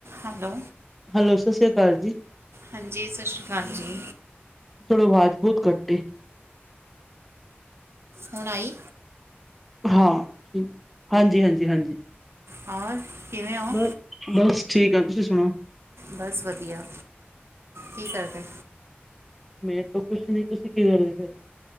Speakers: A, on the right; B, in the centre.
A: ਹੈਲੋ,
B: ਹੈਲੋ, ਸਤਿ ਸ਼੍ਰੀ ਅਕਾਲ ਜੀ।
A: ਹਾਂਜੀ। ਸਤਿ ਸ਼੍ਰੀ ਅਕਾਲ ਜੀ।
B: ਥੜੋ ਮਜ਼ਬੂਤ ਘੱਟ ਐ।
A: ਹੁਣਈ।
B: ਹਾਂ। ਹਾਂਜੀ- ਹਾਂਜੀ- ਹਾਂਜੀ।
A: ਹਾ। ਕਿਵੇਂ ਹੋ?
B: ਬ ਬਸ ਠੀਕ ਆ ਤੁਸੀਂ ਸੁਣਾਓ
A: ਬਸ ਵਧੀਆ। ਕੀ ਕਰਦੇ?
B: ਮੇਰੇ ਤੋਂ ਕੁੱਛ ਨੀ, ਤੁਸੀਂ ਕੀ ਕਰਦੇ ਪਏ?